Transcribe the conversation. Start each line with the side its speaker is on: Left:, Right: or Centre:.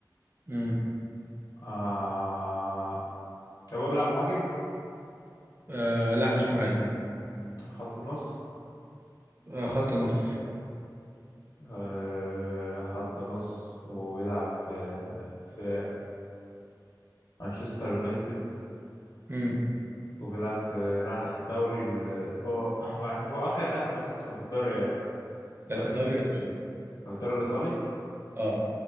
Right: امم
Left: آه طب هو بيلعب مهاجم
Right: آه لا مش مهاجم
Left: مم. خط نص
Right: آه خط نص
Left: آه، خط نص ويلعب في في مانشستر يونايتد
Right: امم
Left: وبيلعب في راح دوري ال هو <laughs> هو هو اخر اخر مسيرته كان في الدوري الدوري
Right: كانت في
Left: الانجليزي
Right: الدوري الإيطالي
Left: في الدوري الايطالي
Right: اه